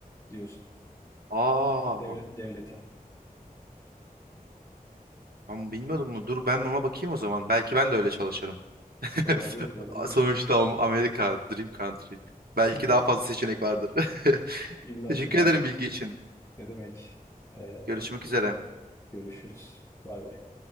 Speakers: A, on the left; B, on the right.
A: diyorsun.
B: Aa,
A: Dev- devlete.
B: ben bilmiyordum bunu. Dur ben buna bakayım o zaman. Belki ben de öyle çalışırım. <laughs>
A: Olabilir, olabilir.
B: Sonuçta Am- Amerika, Dream Country. Belki
A: <laughs>
B: daha fazla seçenek vardır. <laughs>
A: İlla
B: Teşekkür
A: ki vardır.
B: ederim bilgi için.
A: Ne demek? Ee,
B: Görüşmek üzere.
A: görüşürüz. Bay bay.